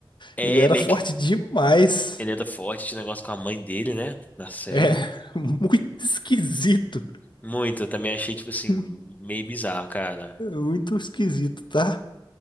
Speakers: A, on the left; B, on the left.
A: É,
B: Ele era
A: meio
B: forte
A: que
B: demais.
A: ele era forte, esse negócio com a mãe dele, né? Na série.
B: É, <laughs> muito esquisito.
A: Muito, eu também achei, tipo assim,
B: Muito,
A: meio bizarro, cara.
B: muito esquisito, tá?